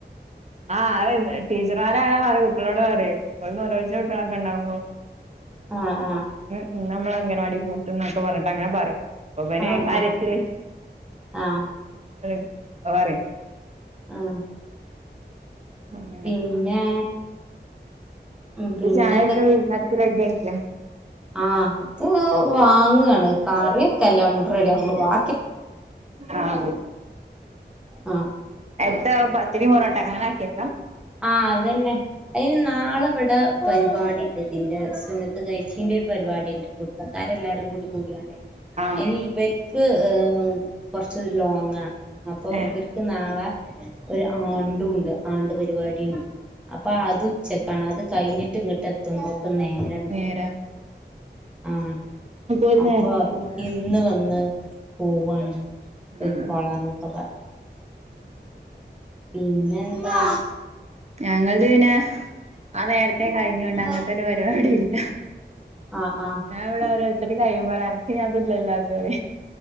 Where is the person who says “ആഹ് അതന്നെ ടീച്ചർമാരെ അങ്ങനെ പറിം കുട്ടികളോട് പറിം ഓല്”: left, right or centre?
Right